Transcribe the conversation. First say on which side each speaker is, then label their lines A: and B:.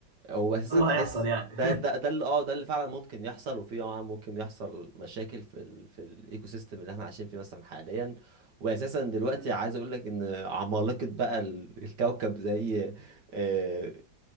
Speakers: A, on the right; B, on the right.
A: هو اساسا
B: الله
A: تحس
B: هيحصل يعني
A: ده ده ده اللي اه ده اللي فعلا ممكن يحصل وفي طبعا ممكن يحصل مشاكل في ال في الايكو سيستم اللي احنا عايشين فيه مثلا حاليا واساسا دلوقتي
B: <laughs> مم.
A: عايز اقول لك ان عمالقه بقى ال- الكوكب زي آه،